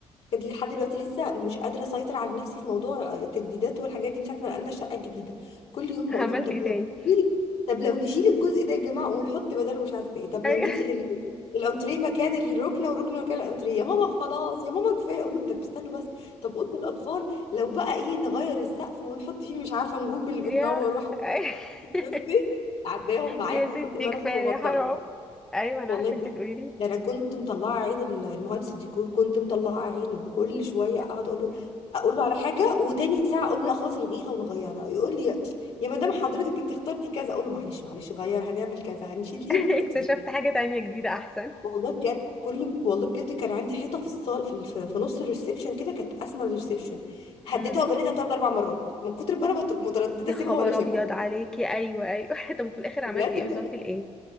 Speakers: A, on the left (about 65°); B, in the centre.
A: بجد لحد دلوقتي لسه مش قادره اسيطر على نفسي في موضوع آه، تجديدات والحاجات دي من ساعه ما نقلنا الشقه الجديده كل يوم
B: <laughs> عملت
A: اقول لهم طب
B: ايه
A: لو
B: تاني
A: نشيل طب لو نشيل الجزء ده يا جماعه ونحط بداله مش عارفه ايه طب
B: ايوه
A: لو ننقل ال... الانتريه مكان الركنه والركنه مكان الانتريه يا ماما خلاص يا ماما كفايه اقول لهم طب استنوا بس طب اوضه الاطفال لو بقى ايه نغير السقف ونحط فيه مش عارفه نجوم اللي بتنور
B: يا
A: وحاجات
B: أيوة. <laughs>
A: بصي عداهم معايا
B: يا
A: من
B: ستي
A: كتر ما انا
B: كفاية
A: مش مبطله
B: حرام ايوه انا
A: والله
B: عارفة
A: بجد
B: انت تقولي لي
A: ده انا كنت مطلعه عين ال- المهندس الديكور كنت مطلعه عينه كل شويه
B: <laughs>
A: اقعد اقول له اقول له على حاجه وتاني ساعه اقول له لا خلاص الغيها ونغيرها يقول لي يا يا مدام حضرتك انت اخترتي كذا اقول له معلش معلش غير هنعمل كذا هنشيل دي
B: اكتشفت
A: ونحط دي
B: حاجة تانية جديدة احسن
A: والله بجد كل والله بجد كان عندي حيطه في الصال في, في, في نص الريسبشن كده كانت اسمى الريسبشن هديتها
B: امم
A: وبنيتها
B: <laughs>
A: ثلاث اربع مرات من كتر ما انا مت- متردده
B: يا
A: اسيبها
B: خبر
A: ولا شيلها
B: ابيض عليكي ايوه ايوه <laughs> طب وفي الاخر عملتي
A: بجد
B: ايه وصلتي
A: ب-
B: لايه